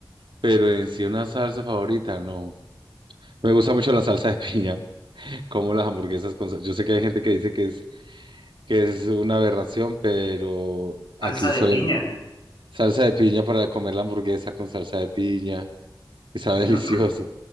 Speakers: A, on the right; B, on the left.
A: pero en sí una salsa favorita, no. Me gusta mucho la salsa de piña, <laughs> como las hamburguesas con sal- Yo sé que hay gente que dice que es, que es una aberración, pero aquí
B: Salsa de
A: solemos
B: piña.
A: salsa de piña para comer la hamburguesa con salsa de piña y sabe
B: No,
A: <laughs> delicioso.
B: no,